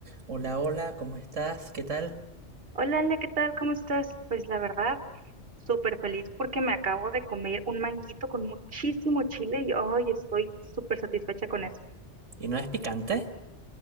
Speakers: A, on the right; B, on the right.
A: Hola, hola, ¿cómo estás? ¿Qué tal?
B: Hola, Ale, ¿qué tal? ¿Cómo estás? Pues la verdad, súper feliz porque me acabo de comer un manguito con muchísimo chile y hoy estoy súper satisfecha con eso.
A: ¿Y no es picante?